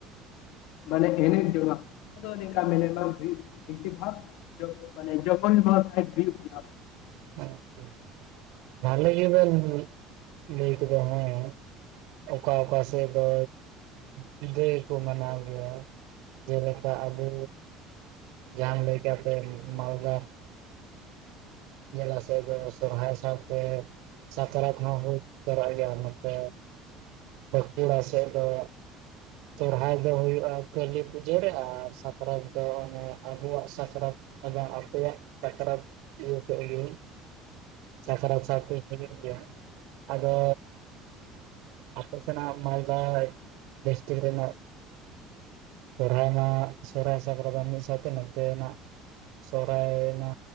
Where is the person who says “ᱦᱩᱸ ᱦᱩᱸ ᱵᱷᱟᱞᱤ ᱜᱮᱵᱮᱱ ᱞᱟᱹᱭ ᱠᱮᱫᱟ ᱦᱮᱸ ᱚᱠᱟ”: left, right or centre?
Right